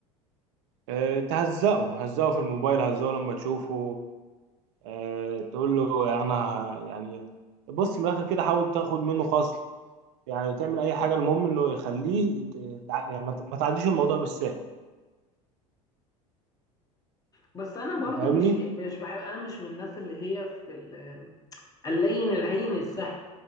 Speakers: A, on the right; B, on the left.
A: اه... تهزقه هزقه في الموبايل هزقه لما تشوفه اه... تقول له انا ه- يعني بص من الاخر كده حاول تاخد منه خصم يعني تعمل اي حاجة المهم انه يخليه يت- يتع- يعني ما ت- ما تعديش الموضوع بالسهل
B: بس انا برضو
A: أنت فاهمني؟
B: مش مش بحب انا مش من الناس اللي هي في ال- اللين الهين السهل